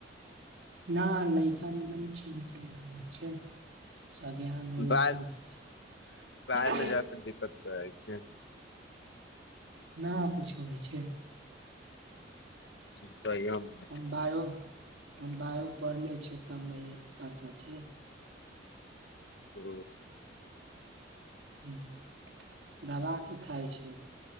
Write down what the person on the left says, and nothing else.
बाद
बाद मे
जाके दिक्कत करै छै
<unintelligible>
ओ